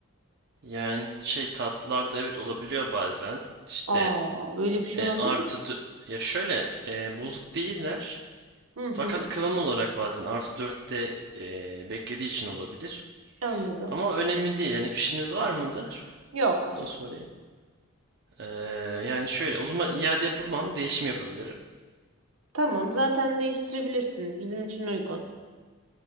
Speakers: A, on the right; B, on the right.
A: Yani şey tatlılarda evet olabiliyor bazen. İşte
B: Aa böyle bir şey
A: e,
B: olabilir
A: artı
B: mi?
A: dö- ya şöyle e, bozuk değiller.
B: Hı hı
A: Fakat kıvam olarak bazen artı dörtte e, beklediği için olabilir.
B: anladım.
A: Ama önemli değil. Yani fişiniz var mıdır?
B: Yok.
A: Onu sorayım. E, yani şöyle o zaman iade yapamam. Değişim yapabilirim.
B: Tamam, zaten değiştirebilirsiniz. Bizim için uygun.